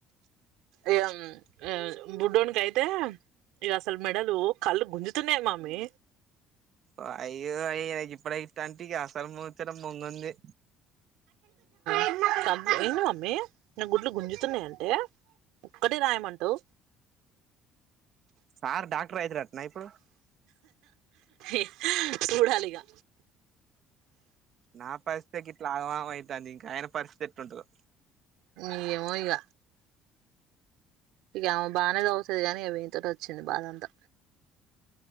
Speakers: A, on the right; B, on the right.
A: ఇగ ఉమ్ బుడోన్నికయితే ఇగసలు మెడలు, కళ్ళు గుంజుతున్నయి మమ్మీ
B: వాయ్యో అయి గిప్పుడే గిట్టంటే ఇగ అసలు ముచ్చట ముందుంది
A: ఉమ్ సన్ ఇను మమ్మీ న గుడ్లు గుంజుతున్నయంటే ఒక్కటే రాయమంటవ్
B: సార్ డాక్టర్ అయితడట్నా ఇప్పుడు
A: ఎమ్ చూడాలిగా
B: నా పరిస్థితే గిట్ల ఆగమాగం అయితాంది ఇంక ఆయన పరిస్థితి ఎట్లుంటదో
A: ఈ ఏమో ఇగ ఇగ ఆమే బానే సవుత్ టది గాని ఇగ వినీ తోటె వచ్చింది బాధ అంతా